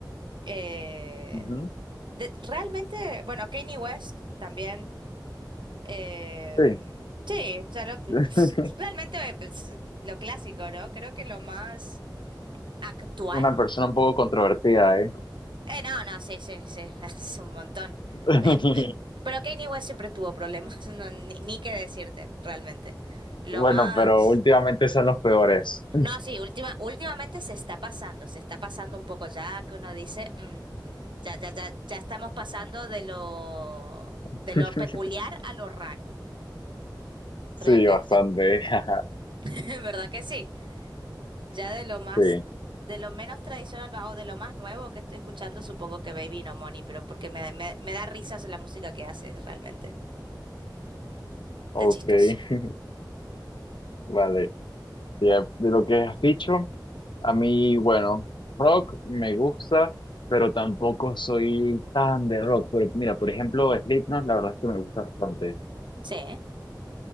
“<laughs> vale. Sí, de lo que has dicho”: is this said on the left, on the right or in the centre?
Left